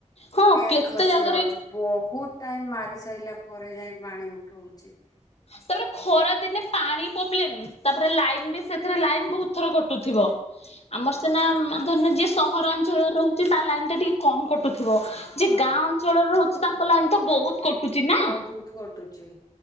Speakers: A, on the left; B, on the left.
A: ହଁ
B: ଏୟାର
A: କେତେ
B: ଖସି
A: ଜାଗାରେ
B: ଯାଉଚି, ବହୁତ ଟାଇମ ମାରି ସା ସାଇଲା ପରେ ଯାଇ ପାଣି ଉଠଉଚି।
A: ତାପରେ ଖରା ଦିନେ ପାଣି ପୋବ୍ଲେମ ତାପରେ ଲାଇନ୍ ବେଶୀ ସେଥିରେ ଲାଇନ ବହୁତଥର କଟୁଥିବ, ଆମର
B: ହଁ
A: ସିନା ଉଁ ଧରିନିଅ ଜିଏ ସ୍ ସହରାଞ୍ଚଳରେ ରହୁଛି ତା ଲାଇନ ଟା ଟିକେ କମ କଟୁଥିବ
B: ହଁ
A: ଯେ ଗାଁ ଅଞ୍ଚଳରେ ରହୁ ତାଙ୍କ ଲାଇନ୍ ତ ବହୁତ କଟୁଛି ନା।
B: ବହୁତ କଟୁଛି।